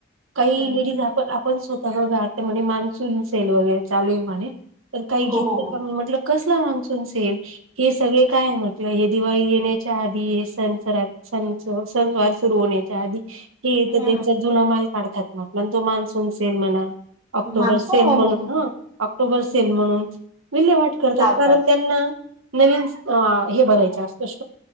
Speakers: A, on the right (about 85°); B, on the right (about 20°).
A: काही
B: हा
A: लेडीज आपण आपण स्वतः घात म्हणज मान्सून सेल वगैरे चालू आहे म्हणे तर काही
B: हो
A: घेतलं
B: हो
A: का
B: हो
A: म्हटल कसला मान्सूनसेल हे सगळे काय म्हटलं हे दिवाळी येण्याच्या आधी हे सणचरात स सनवार सुरू होण्याच्या आधी ते
B: ह
A: तर त्यांचा
B: ह
A: जुना माल काढतात मग आपला तो मान्सून सेल म्हणा ऑक्टोबर
B: माणस
A: सेल
B: हो हो
A: म्हणून
B: हो हो
A: ह ऑक्टोबर सेल म्हणून विले <unintelligible> वाट करतात
B: लावतात
A: कारण त्यांना नवीन स्टॉक भरायचं असतो